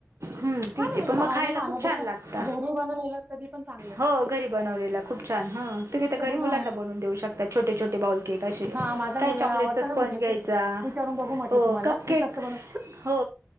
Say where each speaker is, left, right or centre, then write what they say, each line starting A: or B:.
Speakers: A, on the right (about 70°); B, on the right (about 35°).
A: हम
B: छान
A: तीच
B: आहे
A: आहेे,
B: म्हणजे
A: पण मग
B: बाहेरून
A: खायला
B: खाण्यापेक्षा
A: खूप छान! लागत
B: घरी बनवलेलं कधी पण चांगलं. आहे.
A: हो घरी बनवलेला खूप छान. छान ह तुम्ही तर घरी
B: हां,
A: मुलांना बनवून देऊ शकता, छोटे छोटे बाऊल केक असे
B: हां माझ्या
A: काय
B: मुलग्याला
A: चॉकलेटचा
B: आवडतं
A: स्पंज
B: ना म्हटलं
A: घ्यायचा.
B: ते
A: चा
B: विचारून बघू म्हटलं
A: हो,
B: तुम्हाला
A: कप केक
B: हे कसं बनव
A: हो